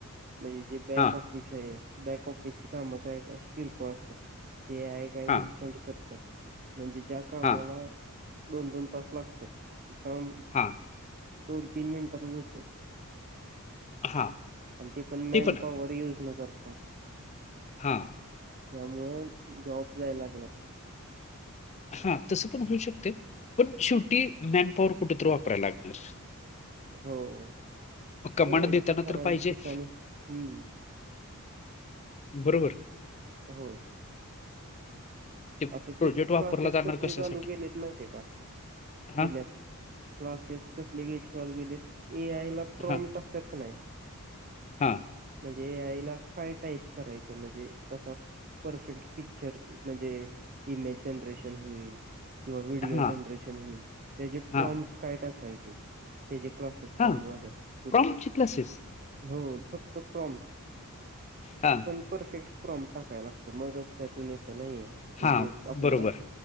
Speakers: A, on the right; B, on the left.
A: म्हणजे जे बॅक
B: हां,
A: ऑफ. बॅक ऑफिस ची काम का अशी किरकोळ असतात ते ए आय. काही
B: हां,
A: इनस्टंट करत म्हणजे ज्या कामाला
B: हां,
A: दोन दोन तास लागतो. त्यात एकाम.
B: हा.
A: दोन तीन मिनिटातच होते.
B: हां.
A: आणि ती पण मॅनपॉवर
B: ते आहे.
A: यूज न करता.
B: हां.
A: त्यामुळं जॉब जाय लागलेत.
B: हा तसं पण होऊ शकते पण शेवटी मॅनपॉवर कुठंतरी वापरायला लागणार.
A: हो
B: कमांड
A: ते
B: देताना
A: ठराविक
B: तर पाहिजे.
A: ठिकाणी हम्म
B: बरोबर
A: होय.
B: ते
A: आता
B: प्रोजेक्ट
A: ती
B: वापरला
A: क्लासेस
B: जाणार
A: कसले
B: कशासाठी?
A: चालू केलेत माहिती का
B: हां,
A: पुण्यात. क्लासेस कसले घ्यायचे चालू गेलेत ए आयला प्रॉम्ट
B: हां,
A: असतात का नाही.
B: हां.
A: म्हणजे एआईला काय टाईप करायचं म्हणजे तसं. परफेक्ट पिक्चर म्हणजे. इमेज जनरेशन होईल किंवा व्हिडिओ
B: हां,
A: जनरेशन होईल त्याचे
B: हां,
A: प्रॉम्प्ट. काय टाकायचे. त्याचे क्लासेस
B: हां.
A: चालू झालेत पुण्यात
B: प्रॉम्प्टचे क्लासेस.
A: हो फक्त प्रॉम्ट.
B: हा.
A: परफेक्ट प्रॉम् टाकायला लागत मगच त्यातून येत नाही म्हणजे
B: हां,
A: आपल्याला.
B: बरोबर.